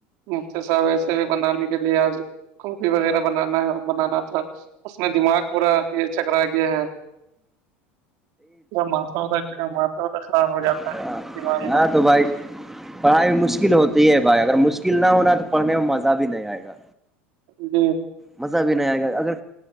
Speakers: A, on the right; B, in the centre.
A: مفت سا ویسے بھی بنانے کے لیے آج کافی وغیرہ بنانا ہے بنانا تھا اس میں دماغ پورا یہ چکرا گیا ہے مھتا خراب ہو جاتا
B: ہاں
A: ہے دماغ وماغ
B: ہاں تو بھائی پڑھائی مشکل ہوتی ہے بھائی اگر مشکل نہ ہونا تو پڑھنے میں مزہ بھی نہیں آئے گا
A: جی جی
B: مزہ بھی نہیں آئے گا اگر